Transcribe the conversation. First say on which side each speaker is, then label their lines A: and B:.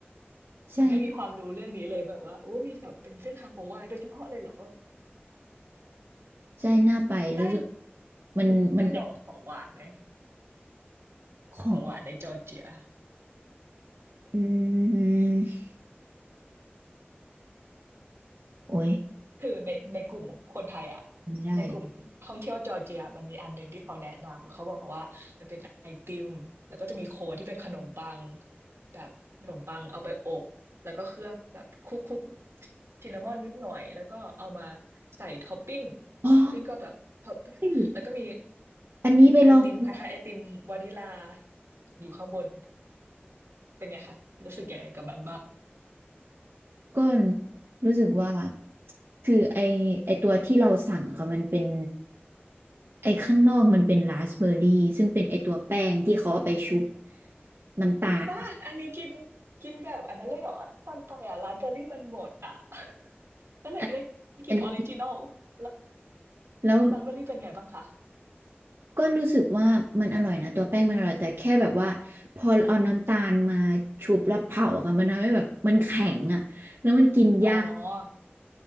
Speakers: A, on the right; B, on the right.
A: ใช่
B: เราไม่มีความรู้เรื่องนี้เลยแบบว่าโอ้มีแบบเป็นเส้นทางของวายโดยเฉพาะเลยเหรอ
A: ใช่น่าไปรู้สึก
B: ได้
A: มันมันเป็น
B: ได้ลองของหวานไหม
A: ของ
B: ของหวานในจอร์เจีย
A: อืมโอ้ย
B: คือในในกลุ่มคนไทยอ่ะ
A: ไม่ได้เลย
B: ในกลุ่มท่องเที่ยวจอร์เจียมันมีอันหนึ่งที่เขาแนะนำเขาบอกว่ามันเป็นไอติมแล้วก็จะมีโคนที่เป็นขนมปังแบบขนมปังเอาไปอบแล้วก็เคลือบแบบคลุกๆซินนามอนนิดหน่อยแล้วก็เอามาใส่ท็อปปิ้ง
A: อ๋อ
B: ท็อปปิ้งก็แบบท็อปปิ้งแล้วก็มี
A: อันนี้ไปลองก
B: ไอติมคล้ายๆไอติมวานิลาอยู่ข้างบนเป็นไงคะรู้สึกยังไงกับมันบ้าง
A: ่อน รู้สึกว่า คือไอไอตัวที่เราสั่งค่ะมันเป็น ไอข้างนอกมันเป็นราสเบอร์รี่ ซึ่งเป็นไอตัวแป้งที่เขาเอาไปชุบน้ำตาล
B: จริงป่ะอันนี้กินกินแบบอันนั้นเลยเหรอตอนไปอ่ะร้านเบอร์รี่มันหมดอ่ะ <laughs> ก็เลย
A: อ
B: ได้กินออริจินอลแล้ว
A: อันนี้แล้ว
B: ร้านเบอร์รี่เป็นไงบ้างคะ
A: ก็รู้สึกว่ามันอร่อยนะตัวแป้งมันอร่อยแต่แค่แบบว่าพอเอาน้ำตาลมาชุบแล้วเผาอะค่ะมันทำให้แบบมันแข็งอะแล้วมันกินยาก
B: อ๋อ